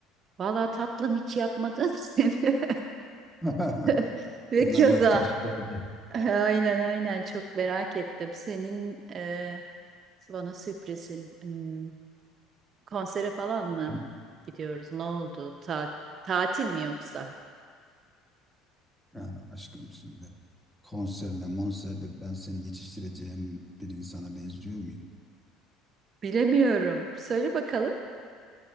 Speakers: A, on the right; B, in the centre.
A: Vallahi tatlım hiç yapmadın <laughs> seni.
B: <laughs>
A: <laughs> Ve
B: Hemen
A: keza.
B: bir taş geldi.
A: Aynen aynen çok merak ettim. Senin e, bana sürprizin. Hmm, konsere falan mı
B: Çünkü-
A: gidiyoruz? Ne oldu? Ta- tatil mi yoksa?
B: Ha, aşkım şimdi konserle monserle ben seni geçiştireceğim bir insana benziyor muyum?
A: Bilemiyorum. Söyle bakalım.